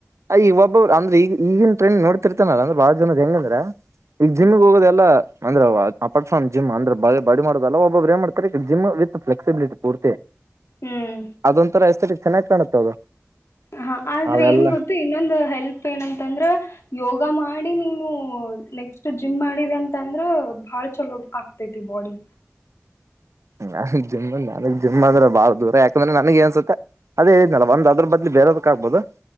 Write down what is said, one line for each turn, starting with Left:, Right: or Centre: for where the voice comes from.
Right: ಅಯ್ ಒಬ್ಬರು ಅಂದ್ರೆ ಈಗ ಈಗನ್ ಟ್ರೆಂಡ್ ನೋಡ್ತಿರ್ತಾನಲ್ಲ ಅಂದ್ರೆ ಬಾಳ ಜನದ್ ಹೆಂಗಂದ್ರ ಈಗ
Left: ಹ್ಮ್
Right: ಜಿಮಗ್ ಹೋಗೋದೆ ಎಲ್ಲಾ ಅಂದ್ರೆ ಅಪನ್ ಜಿಮ್ ಅಂದ್ರೆ ಬಡಿ ಮಾಡೋುದಲ್ಲ ಒಬ್ಬೊಬ್ರು ಏನ್ ಮಾಡ್ತಾರೆ ಜಿಮ್ ವಿತ್ ಫ್ಲೆಕ್ಸಿಬಿಲಿಟಿ ಪೂರ್ತಿ
Left: ಹ್ಮ್
Right: ಅದೊಂಂತರ ಹೆಸರಿ ಚೆನ್ನಾಗಿ್ ಕಾಣುತ್ತ ಅದು
Left: ಹ ಆದ್ರೆ
Right: ಅವೆಲ್ಲ
Left: ಏನ್ ಗೊತ್ತು ಇನ್ನೊಂದು ಹೆಲ್ಪ್ ಏನಂತಂದ್ರ ಯೋಗ ಮಾಡ ಮಾಡಿ ನೀನು ನೆಕ್ಸ್ಟ್ ಜಿಮ್ ಮಾಡಿದೆ ಅಂತ ಅಂದ್ರ ಬಾಳ ಚಲೋ ಆಗ್ತತಿ ಬಾಡಿ
Right: ನಾಗ್ ಜಿಮ್ ನನಗ್ ಜಿಮ್ ಆದ್ರೆ ಬಾಳ ದೂರ ಯಾಕಂದ್ರೆ ನನಗ್ ನ್ಸುತ್ತ ಅದೇ ಹೇಳನಲ್ಲ
Left: ಹ್ಮ್
Right: ಒಂದ ಅದ್ರ ಬದ್ಲಿ ಬೇರೆದಕ್ ಆಗ್ಬಹದು